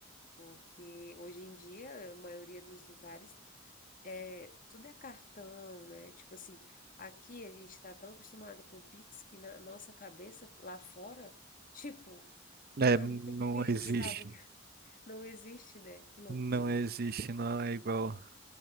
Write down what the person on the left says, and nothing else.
Porque hoje em dia, a maioria dos lugares, é, tudo é cartão, né? Tipo assim, aqui a gente tá tão acostumado com Pix que na nossa cabeça, lá fora, tipo,
ah,
não tem Pix,
sabe? Não existe, né? Que loucura.